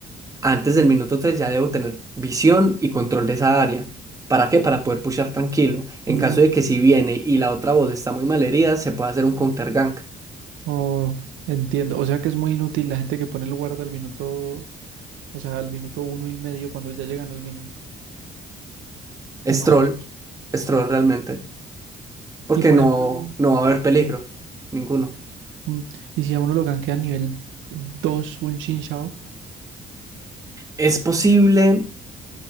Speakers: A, on the right; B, on the right.
A: antes del minuto 3 ya debo tener visión y control de esa área. ¿Para qué? Para poder pushar tranquilo. En
B: Mm,
A: caso de que si viene y la otra bot está muy malherida, se puede hacer un counter gank.
B: Oh, entiendo. O sea que es muy inútil la gente que pone el guarda al minuto, o sea, al minuto uno y medio cuando ya llegan los minions, o
A: Es
B: más
A: troll,
B: o menos.
A: es troll realmente, porque
B: Y por
A: no,
B: ejemplo,
A: no va a haber peligro, ninguno.
B: mm, y si a uno lo gankea a nivel 2 un Shinshao.
A: Es posible,